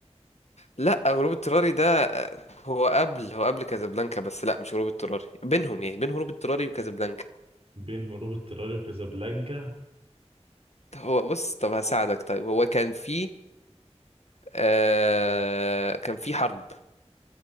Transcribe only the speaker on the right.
بين هروب اضطراري وكازابلانكا